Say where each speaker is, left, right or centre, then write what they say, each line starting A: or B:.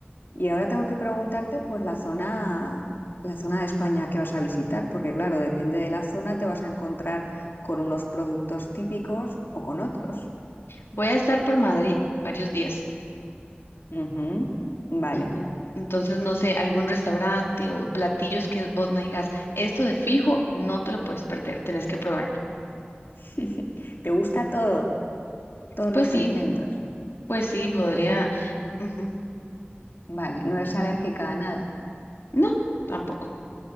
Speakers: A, on the left; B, on the left.
A: y ahora tengo que preguntarte, pues, la zona, la zona de España que vas a visitar, porque claro, depende de la zona, te vas a encontrar con unos productos típicos o con otros.
B: Voy a estar por Madrid varios días.
A: Ujú, Vale.
B: En- Entonces, no sé, algún restaurante o platillos que vos me digas, esto de fijo, no te lo puedes perder, tenés que probarlo.
A: <laughs> ¿Te gusta todo, todos
B: Pues
A: los
B: sí,
A: alimentos?
B: pues sí, podría.
A: ¿Eres,
B: ujú.
A: Vale, no es alérgica a nada.
B: No, tampoco.